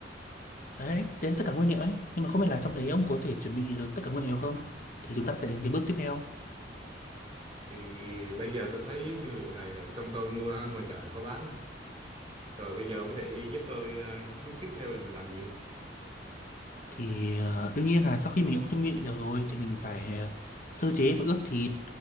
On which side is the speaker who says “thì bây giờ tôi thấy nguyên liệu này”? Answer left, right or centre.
Right